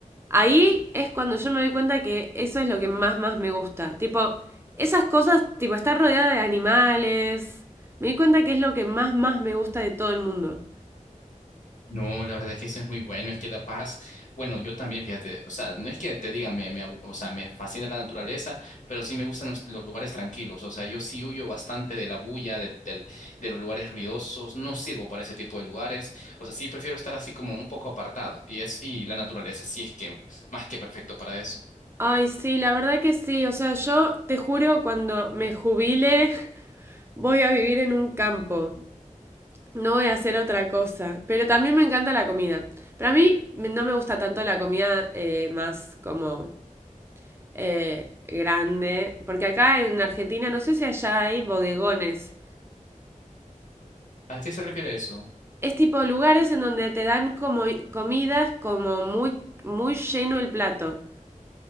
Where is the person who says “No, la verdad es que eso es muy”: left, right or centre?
Left